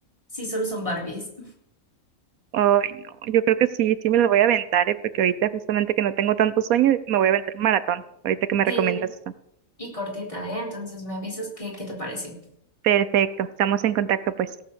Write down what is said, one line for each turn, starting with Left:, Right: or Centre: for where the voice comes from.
Left: si solo son Barbies?
Right: Ay, no, yo creo que sí, sí me lo voy a aventar, ¿eh? Porque ahorita justamente que no tengo tanto sueño, me voy a aventar un maratón, ahorita que me
Left: Sí,
Right: recomiendas eso.
Left: y cortita, ¿eh? Entonces me avisas qué, qué te pareció.
Right: Perfecto, estamos en contacto, pues.